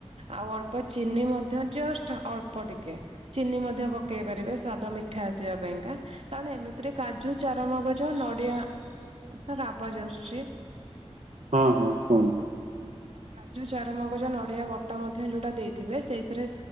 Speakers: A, on the right; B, on the right.
A: ଆଉ ଅଳ୍ପ ଚିନି ମଧ୍ୟ ଜଷ୍ଟ ଅଳ୍ପ ଟିକେ ଚିନି ମଧ୍ୟ ପକେଇ ପାରେ ମିଠା ଆସିବା ପାଇଁ କାରଣ ଏମିତିରେ କାୁ ଚମ ଡିଆ ସାର ଆବାଜ ଆସୁଛି
B: ହଁ ହଁ କୁଣ
A: କାଜୁ ଚାରମଗଜ ନଡିଆ ବଟା ମଧ୍ୟ ଯୋଉଟା ଦେଇଥିବେ ସେଇଥିରେ